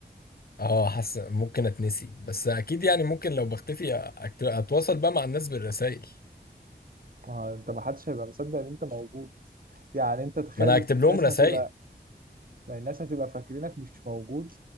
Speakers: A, on the left; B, on the right.
A: اه حاسس ممكن اتنسي بس اكيد يعني ممكن لو بختفي أكت- اتواصل بقى مع الناس بالرسائل
B: ما هو انت ما حدش هيبقى مصدق ان انت موجود يعني انت تخيل
A: ما انا هكتب
B: الناس
A: لهم رسائل
B: هتبقى ما الناس هتبقى فاكرينك مش موجود